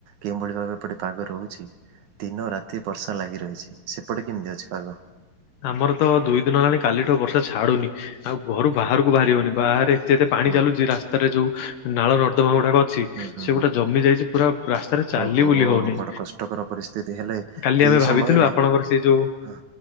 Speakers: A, on the right; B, on the left.
A: କେଉଁଭଳି ଭାବେ ଏପଟେ ପାଗ ରହୁଛି ଦିନ ରାତି ବର୍ଷା ଲାଗି ରହିଛି। ସେପଟେ କେମତି ଅଛି ପାଗ?
B: ଆମର ତ ଦୁଇ ଦିନ ହେଲାଣି କାଲିଠୁ ବର୍ଷା ଛାଡୁନି, ଆଉ ଘରୁ ବାହାରକୁ ବାହାରି ହଉନି। ବାହାରେ ଯେତେ ପାଣି
A: ଓହୋ
B: ଚାଲୁଛି, ରାସ୍ତାରେ ଯୋଉ ନାଳ ନର୍ଦ୍ଦମା ଗୁଡାକ ଅଛି
A: ହୁଁ ହୁଁ
B: ସେଗୁଡା
A: ହୁଁ
B: ଜମି ଯାଇଛି, ପୁରା ରାସ୍ତାରେ ଚାଲି
A: ଓହୋ
B: ବୁଲି ହଉନି।
A: ବଡ କଷ୍ଟକର ପରିସ୍ଥିତି ହେଲେ
B: କାଲି
A: ଏଇ
B: ଆମେ ଭାବିଥିଲୁ,
A: ସମୟରେ
B: ଆପଣଙ୍କର ସେ ଯୋଉ
A: ହଁ।